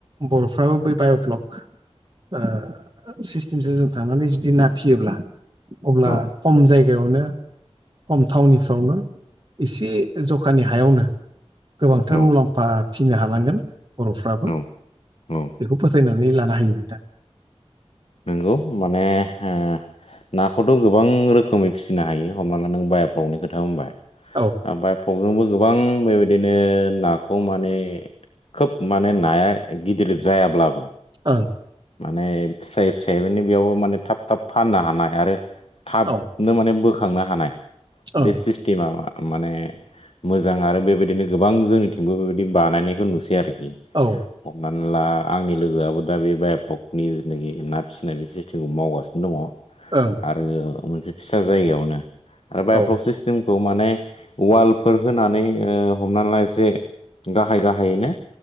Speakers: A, on the right (about 45°); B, on the left (about 60°).
A: बर'फ्राबो बै बाय'ब्लक ओ सिस्टेमसो जों थांनानै जुदि ना फिसियोब्ला अब्ला
B: औ
A: खम जायगा जायगायावनो खम थावनिफ्रावनो एसे जखानि हायावनो गोबांथार
B: औ
A: मुलाम्फा फिसिनो हालांगोन बर'फ्राबो
B: औ औ
A: बेखौ फोथाय नानै लानो हायो नोंथां
B: नोंगौ माने ओ नाखौथ' गोबां रोखोमै फिसिनो हायो हमना ला नों बाय बायफ्लगनि खोथा बुंबाय
A: औ
B: ओ बाय'फ्लगजोंबो गोबां बेबायदिनो नाखौ माने खोब माने नाया गिदिर जायाब्लाबो
A: ओं
B: माने फिसायै फिसायै माने बेयावबो माने थाब थाब फाननो हानाय आरो थाबनो
A: औ
B: माने बोखांनो हानाय
A: ओं
B: बे सिस्टेमा मा माने मोजां आरो बेबायदिनो गोबां जोंनिथिंबो बेबायदि बानायनायखौ नुसै आरोखि
A: औ
B: हमनानै ला आंनि लोगोआबो दा बे बा ब्लकनि जेनाखि ना फिसिनाय बे सिस्टेमखौ मावगासिनो दङ
A: ओं
B: आरो मोनसे फिसा जायगायावनो आरो बायब्लक
A: औ
B: सिस्टेम खौ माने वालफोर होनानै ओ हमनानै ला एसे गाहाय गाहायैनो